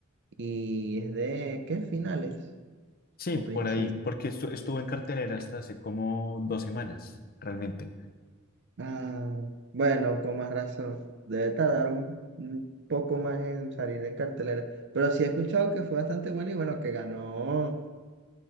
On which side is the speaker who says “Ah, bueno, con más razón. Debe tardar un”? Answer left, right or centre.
Right